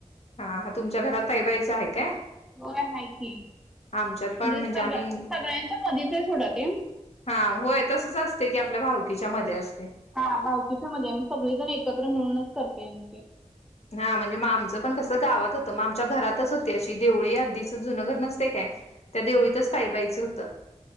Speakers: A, on the left; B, in the centre.
A: हां हा तुमच्या घरात तैबायचं हाय काय.
B: ब आहे क
A: आमच्यात पण
B: <unintelligible> म्हणजे सगळ
A: आम्ही
B: सगळ्यांच्या मधच सोडते ये.
A: हां होय तसच असतय की आपल्या भाऊकीच्या मध्ये असते.
B: हा भावकीच्या मध्ये सगळेजण एकत्र मिळूनच करते आमी ते.
A: हां म्हणजे म आमचं पण कसं गावात होतं म आमच्या घरातच होती अशी देवळी आधीचं जुनं घर नसते काय. त्या देवळीतच ताईबाईचं होतं.